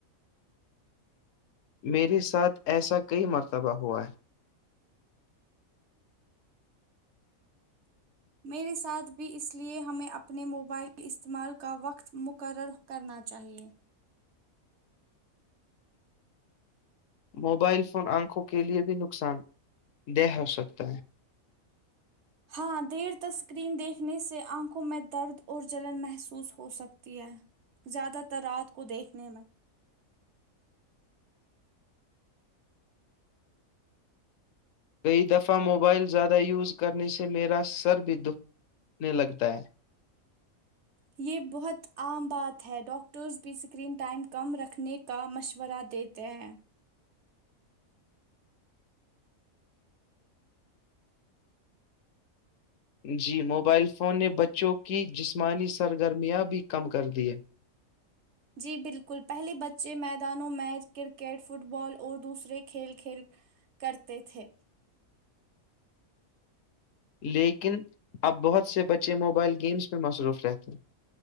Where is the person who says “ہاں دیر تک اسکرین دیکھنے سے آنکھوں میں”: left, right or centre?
Right